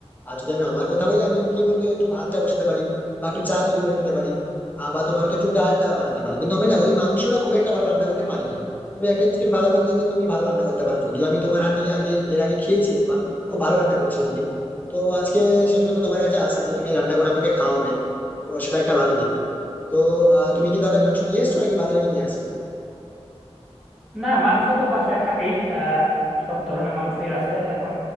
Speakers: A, on the left; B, in the centre.
A: আর যদি আমি আমার কথা বলি আমিও কি বলতো একটু ভাতটা বসাতে পারি বা একটু চা তৈরি করে নিতে পারি আহ, বা তোমার হয়তো একটু ডালটা বানাতে পারি কিন্তু আমি না ওই মাংসটা খুব একটা ভালো রান্না করতে পারি না তুমি একটা জিনিস তুমি ভালো বললে যে তুমি ভালো রান্না করতে পারো যদিও আমি তোমার হাতে আগে এর আগে খেয়েছি বা খুব ভালো রান্না করেছো তুমি তো আজকে সেই জন্য তো তোমার কাছে আসা যে তুমি রান্না করে আমাকে খাওয়াবে তো সেটা একটা ভালো দিক তো আহ, তুমি কি তাহলে মাংস নিয়ে এসছো নাকি বাজারে গিয়ে নিয়ে আসবে
B: না মাংস তো বাসায় থাকেই আহ সব ধরনের মাংসই আছে এখন